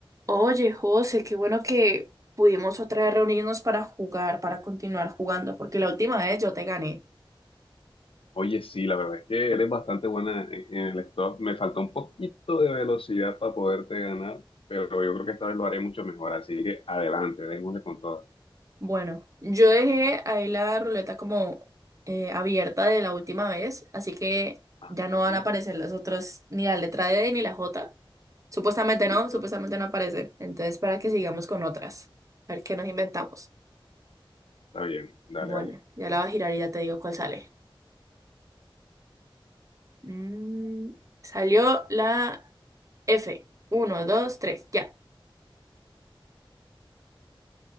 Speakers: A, on the right (about 35°); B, on the left (about 80°).
A: Oye, José, qué bueno que pudimos otra vez reunirnos para jugar, para continuar jugando, porque la última vez yo te gané.
B: Oye, sí, la verdad es que eres bastante buena en, en el stop. Me faltó un poquito de velocidad para poderte ganar, pero yo creo que esta vez lo haré mucho mejor. Así que adelante, démosle con todo.
A: Bueno, yo dejé ahí la ruleta como eh, abierta de la última vez, así que
B: Ajá,
A: ya no van a aparecer los otros, ni la letra D ni la J. Supuestamente
B: listo,
A: no, supuestamente no aparecen. Entonces, para que sigamos con otras. A ver qué nos inventamos.
B: está bien, dale,
A: Bueno,
B: dale.
A: ya la voy a girar y ya te digo cuál sale. Mm, salió la F. Uno, dos, tres, ya.